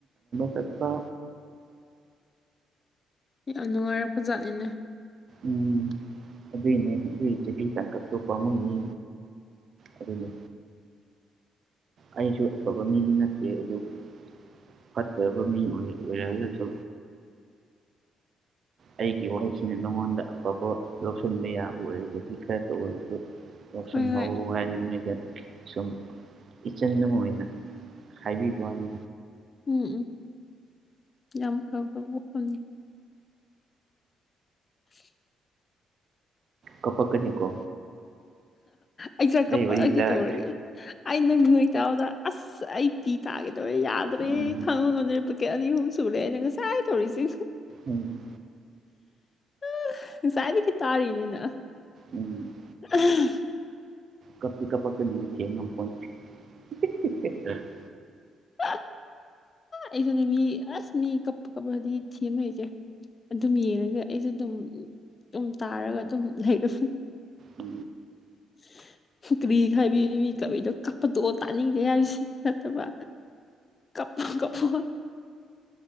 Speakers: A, on the right; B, on the left.
A: ꯆꯠꯄ
B: ꯌꯥꯝ ꯅꯨꯡꯉꯥꯏꯔꯔꯕ ꯖꯥꯠꯅꯤꯅꯦ
A: ꯎꯝ ꯑꯗꯨꯏꯅꯦ ꯑꯗꯨꯏ ꯆꯍꯤ ꯇꯥꯡꯀ ꯊꯣꯛꯄ ꯑꯃ ꯃꯤ ꯑꯗꯨꯅꯤ ꯑꯩꯁꯨ ꯑꯐꯕ ꯃꯤꯗꯤ ꯅꯠꯇꯦ ꯑꯗꯨꯕꯨ ꯐꯠꯇꯕ ꯃꯤ ꯑꯣꯏ ꯑꯣꯏꯔꯒꯁꯨ ꯑꯩꯒꯤ ꯋꯥꯍꯩꯁꯤꯅ ꯅꯉꯣꯟꯗ ꯑꯐꯕ ꯂꯧꯁꯤꯟꯕ ꯌꯥꯕ ꯑꯣꯏꯔꯁꯨ ꯈꯥꯏꯠꯇ ꯑꯣꯏꯔꯁꯨ ꯂꯧꯁꯨꯝ
B: ꯍꯣꯏ ꯍꯣꯏ
A: ꯍꯧ
B: ꯎꯝ
A: ꯍꯥꯏꯅ ꯅꯣꯏꯗ ꯁꯨꯝ ꯏꯆꯟ ꯑꯃ ꯑꯣꯏꯅ ꯍꯥꯏꯕꯤꯕꯗ
B: ꯎꯝ ꯎꯝ ꯌꯥꯝ ꯐꯕ ꯋꯥꯐꯝꯅꯤ ꯎ
A: ꯀꯄꯛ ꯀꯅꯤ ꯀꯣ
B: ꯑꯩꯁ ꯀꯄꯛꯑꯒꯦ
A: ꯋꯥꯔꯤ ꯇꯥꯔꯒ
B: ꯇꯧꯔꯒꯦ ꯑꯩ ꯅꯪ ꯅꯣꯏ ꯇꯥꯕꯗ ꯑꯁ ꯑꯩ ꯐꯄꯤ ꯇꯥꯦꯗꯧꯔꯦ ꯌꯥꯗ꯭ꯔꯦ
A: ꯎꯝ
B: ꯈꯪꯉꯨ ꯉꯅꯦꯀ ꯑꯅꯤ ꯑꯍꯨꯝ ꯁꯨꯔꯦ ꯑꯩꯅ ꯉꯁꯥꯏ ꯍꯥꯏ ꯇꯧꯔꯤꯁꯤ
A: ꯎꯝ
B: ꯑ ꯉꯁꯥꯏꯗꯤ ꯀ ꯇꯥꯔꯤꯅꯤꯅ
A: ꯎꯝ
B: ꯎꯝ
A: ꯀꯞ ꯄ ꯀ ꯄ ꯀ ꯉꯝ ꯐ <unintelligible>
B: ꯑ ꯑꯩ ꯃꯤ ꯑꯁ ꯃꯤ ꯀꯞꯄ ꯀꯄ ꯍꯥꯏꯗꯤ ꯊꯃꯦ ꯍꯆꯦ ꯑꯗꯨꯝ ꯌꯦꯡꯉꯒ ꯑꯩꯁꯨ ꯑꯗꯨꯝ ꯑꯗꯨꯝ ꯇꯥꯔꯒ ꯑꯗꯨꯝ ꯂꯩꯔꯅꯤ
A: ꯎ
B: <inaudible> ꯍꯨꯀ꯭ꯔꯤ ꯈꯥꯏꯕꯤ ꯃꯤ ꯀꯕꯤꯗꯣ ꯀꯞꯄꯗꯣ ꯇꯥꯅꯤꯡꯗꯦ ꯍꯥꯏꯕꯁꯤ ꯅꯠꯇꯕ ꯀꯄ ꯀꯄ